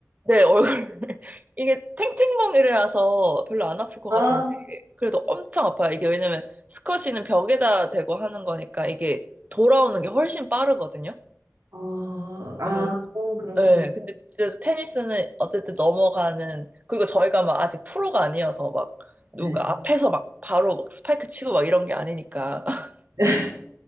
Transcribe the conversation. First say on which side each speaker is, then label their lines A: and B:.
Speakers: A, on the right (about 30°); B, on the right (about 90°).
A: 네, 얼굴. <laughs> 이게 탱탱멍이라서 별로 안 아플 것
B: 아,
A: 같은데, 그래도 엄청 아파요. 이게 왜냐면 스쿼시는 벽에다 대고 하는 거니까 이게 돌아오는 게 훨씬 빠르거든요.
B: 어, 아,
A: 예,
B: 어, 그렇구나.
A: 예. 근데 그래도 테니스는 어쨌든 넘어가는, 그리고 저희가 막 아직 프로가 아니어서 막
B: 네.
A: 누가 앞에서 막 바로 막 스파이크 치고 막 이런 게 아니니까. <laughs>
B: <laughs>